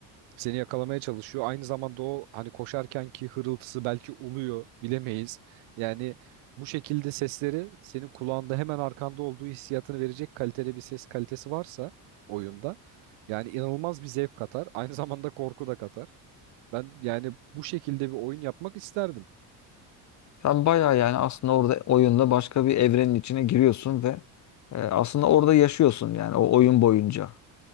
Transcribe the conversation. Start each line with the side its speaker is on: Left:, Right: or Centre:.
Right: Seni yakalamaya çalışıyor. Aynı zamanda o hani koşarken ki hırıltısı belki uluyor bilemeyiz. Yani bu şekilde sesleri senin kulağında hemen arkanda olduğu hissiyatını verecek kalitede bir ses kalitesi varsa oyunda yani inanılmaz bir zevk katar. Aynı zamanda korku da katar. Ben yani bu şekilde bir oyun yapmak isterdim.
Left: Sen bayağı yani aslında orada oyunda başka bir evrenin içine giriyorsun ve e, aslında orada yaşıyorsun yani o oyun boyunca.